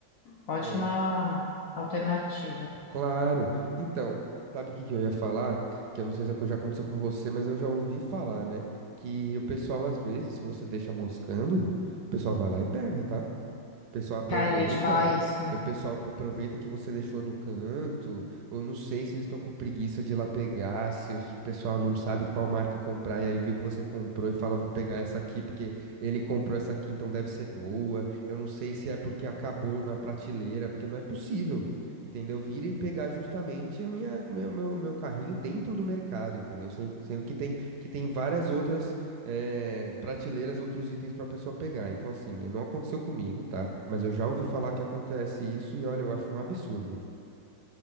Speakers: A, on the left (about 70°); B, on the right (about 70°).
A: ótima
B: coisa?
A: alternativa.
B: Claro. Então, sabe o que que eu ia falar? Que eu não sei se já aconteceu com você, mas eu já ouvi falar, né? Que o pessoal, às vezes, se você deixa moscando, o pessoal vai lá e pega, tá? O pessoal aproveita,
A: Cara, eu ia te falar isso.
B: o pessoal aproveita que você deixou no canto. Eu não sei se eles estão com preguiça de ir lá pegar, se o pessoal não sabe qual marca comprar e aí viu que você comprou e fala, vou pegar essa aqui porque ele comprou essa aqui, então deve ser boa. Eu não sei se é porque acabou na prateleira, porque não é possível, entendeu? Virem pegar justamente a minha, meu, meu, meu carrinho dentro do mercado, entendeu? Sem- Sendo que tem, que tem várias outras é, prateleiras, outros itens pra pessoa pegar. Então, assim, não aconteceu comigo, tá? Mas eu já ouvi falar que acontece isso e olha, eu acho um absurdo.